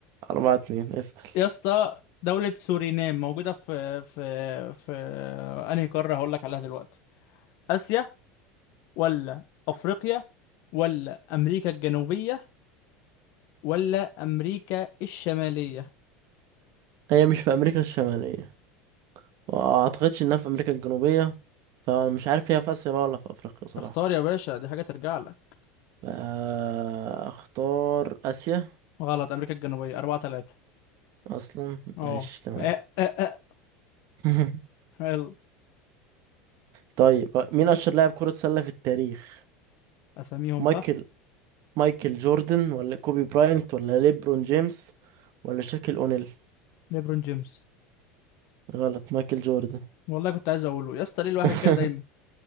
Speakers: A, on the right; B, on the left.
A: اربعة اتنين اسأل
B: يا اسطى دولة سورينام موجودة في في في انهي قارة هقول لك عليها دلوقتي اسيا ولا افريقيا ولا امريكا الجنوبية ولا امريكا الشمالية
A: هي مش في امريكا الشمالية وما اعتقدش انها في امريكا الجنوبية فانا مش عارف هي في اسيا بقى ولا في افريقيا صراحة
B: اختار يا باشا دي حاجة ترجع لك
A: فاختار اسيا
B: غلط امريكا الجنوبية اربعة تلاتة
A: اصلا
B: اه
A: ماشي تمام
B: آه، آه، آه.
A: <laughs>
B: يلا
A: طيب مين اشهر لاعب كرة سلة في التاريخ
B: اساميهم
A: مايكل
B: بقى
A: مايكل جوردن ولا كوبي براينت ولا ليبرون جيمس ولا شاكيل اونيل
B: ليبرون جيمس
A: غلط مايكل جوردن
B: والله كنت عايز اقوله يا اسطى ليه الواحد
A: <laughs>
B: كده دايما